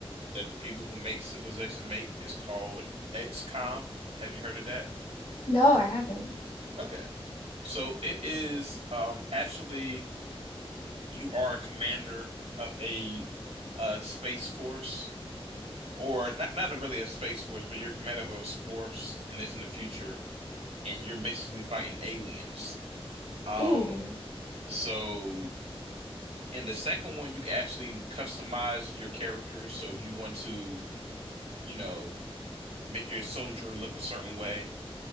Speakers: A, on the right (about 80°); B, on the left (about 80°).
A: that the people who make Civilization make is called XCOM. Have you heard of that?
B: No, I haven't.
A: Okay. So it is um actually. you are a commander of a uh space force or not not really a space force, but you're a commander of a force and it's in the future and you're basically fighting aliens. Um
B: Ooh.
A: so in the second one you can actually customize your character. So if you want to, you know, make your soldier look a certain way,